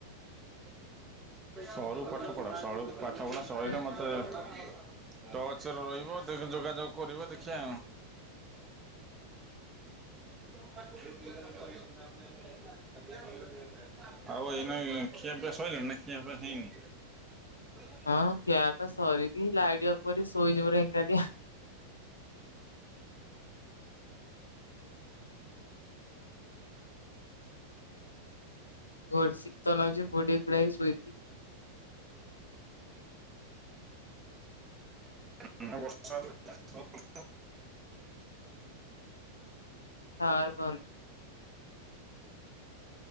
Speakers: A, on the right; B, on the left.
A: ସରୁ ପାଠ ପଢା ସରୁ। ପାଠ ପଢ଼ା ସରିଲେ
B: ହଁ।
A: ମୋତେ ଟଚରେ ରହିବ, ଦେଖ ଯୋଗାଯୋଗ କରିବା ଦେଖିବା। <inaudible> ଆଉ ଏଇ ନାଇ ଖିଆ ପିଆ ସଇଲାଣି ନା ଖିଆ ପିଆ ହେଇନି? <inaudible>
B: ହଁ ଖିଆ ପିୟା ସରିିକି ଲାଇଟ ବନ୍ଦକରି ଶୋଇଯିବ ଏକୁଟିଆ। ବହୁତ ଶୀତ ଲାଗୁଛି ଘୋଡେ ଘୁଡା ହେଇକି ଶୋଇଛିି।
A: <unintelligible>
B: ଟାୱାର ପାଉନି।